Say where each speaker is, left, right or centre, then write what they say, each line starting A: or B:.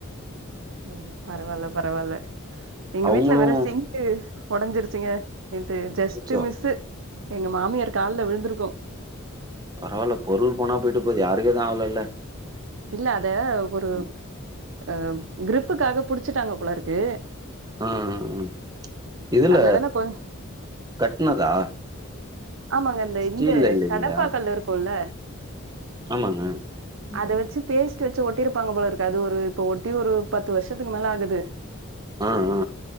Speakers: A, on the right (about 60°); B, on the right (about 15°).
A: ஓ பரவால்ல பரவால்ல எங்க
B: அவங்களு
A: வீட்ல வேற சிங்க்கு ஒடஞ்சிருச்சிங்க நேத்து ஜஸ்ட்டு
B: அச்சச்சோ
A: மிஸ்ஸு எங்க மாமியார் கால்ல விழுந்திருக்கு
B: பரவால்ல பொருள் போனா போய்ட்டு போது யாருக்கு எது ஆவலல்ல
A: இல்ல அத ஒரு
B: ம்
A: அ க்ரிப்புக்காக புடிச்சிட்டாங்க போலருக்கு
B: ஆ அ இதுல
A: நல்ல வேல கொஞ்
B: கட்னதா
A: ஆமாங்க இந்த
B: ஸ்டீல்ல
A: இந்த
B: இல்லைங்களா
A: கடப்பாக்கல்லு இருக்குல்ல
B: ஆமாங்க ம்
A: அத வெச்சு பேஸ்ட்டு வெச்சு ஒட்டிருப்பாங்க போலருக்கு அது ஒரு இப்ப ஒட்டி ஒரு பத்து வர்ஷத்துக்கு மேல ஆகுது
B: ஆ ஆ